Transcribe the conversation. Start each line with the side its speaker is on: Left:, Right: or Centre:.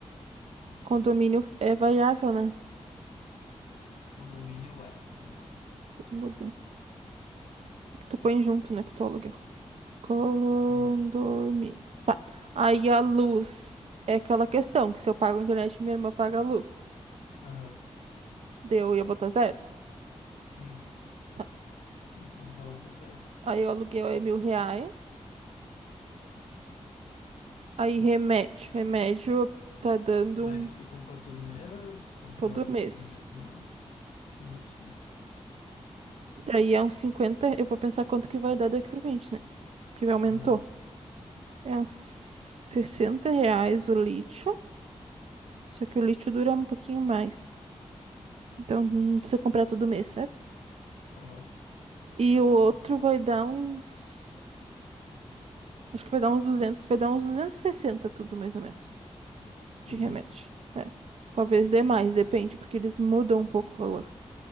Right: Condomínio é variável, né?
Left: Condomínio é variável.
Right: Deixa eu mudar. É que tu põe junto, né? Que tu aluga. Condomínio.
Left: Sim,
Right: Tá. Aí a luz é aquela questão que se eu pago a internet, minha irmã paga a luz.
Left: aham,
Right: Deu, eu ia botar zero.
Left: sim.
Right: Tá.
Left: Então coloca zero.
Right: Aí o aluguel é mil reais. Aí remédio. Remédio tá dando
Left: No médio,
Right: uns
Left: tu compra todo mês, tu compra
Right: todo
Left: um mês
Right: mês.
Left: sim, um mês não. Um mês compra.
Right: Daí é uns 50. Eu vou pensar quanto que vai dar daqui pra frente, né? Que aumentou.
Left: Aham,
Right: É uns 60 reais o lítio. Só que o lítio dura um pouquinho mais. Então não precisa comprar todo mês, sabe?
Left: aham,
Right: E o outro vai dar uns. Acho que vai dar uns 200, vai dar uns 260 tudo mais ou menos
Left: por
Right: de remédio.
Left: mês.
Right: É. Talvez dê mais, depende, porque eles mudam um pouco o valor.